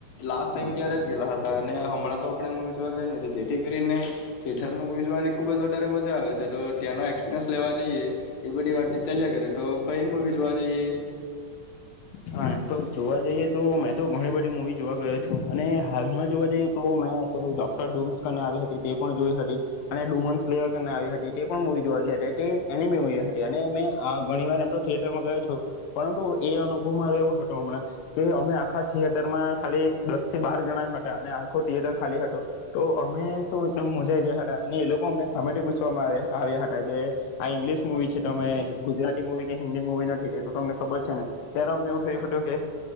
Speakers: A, on the left (about 60°); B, on the left (about 85°).
A: લાસ્ટ ટાઈમ ત્યારે ગેલા હતા અને હમણાં તો આપણે મુવી જોવા ગયા ને જેથી કરીને, થિયેટર માં મુવી જોવાની ખુબ જ વધારે મજા આવે છે તો ત્યાંનો એક્સપિરિયન્સ લેવા જઈએ, એ બધી વાતચીત ચાલ્યા કરે તો કઈ મુવી જોવા જઈએ.
B: હા એમ તો જોવા જઈએ તો તો ઘણી બધી મૂવી જોવા ગયો છું અને હાલમાં જોવા જઈએ તો મેં પધું ડોક્ટર ડુમ્સને આવી હતી તે પણ જોઈ હતી, અને ડુમન્સ પ્લેયરને આવી હતી તે પણ મૂવી જોવા <unintelligible> તે એનીમી મુવી હતી અને મે હ ઘણી વાર એમ તો થિયેટરમાં ગયો છો, પરંતુ એ અનુ <unintelligible> હતો હમણાં, કે અમે આખા થિયેટરમાં ખાલી દસ થી બાર જણા હતા અને આખો થિયેટર ખાલી હતો, તો અમે શું એકદમ મજા ગયા હતા અને એ લોકો અમને સામેથી પૂછવામાં આવ આવ્યા હતા કે આ ઇંગ્લિશ મુવી છે તો અમે ગુજરાતી મુવી કે હિન્દી મુવી નથી. તો તમને ખબર છે ને. ત્યારે અમને એવું થયું હતું કે